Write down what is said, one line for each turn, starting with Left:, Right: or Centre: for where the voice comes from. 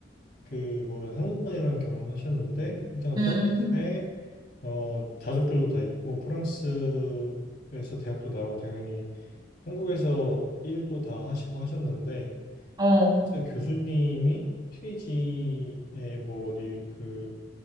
Left: 그 뭐래 한국 분이랑 결혼하셨는데 일단
Right: <laughs> 음,
Left: 프랑스에 어 가족들도 다 있고 프랑스에서 대학도 나오고 당연히 한국에서 일도 다 하시고 하셨는데
Right: 어,
Left: 선생님, 교수님이 튀니지에 뭐 어디 그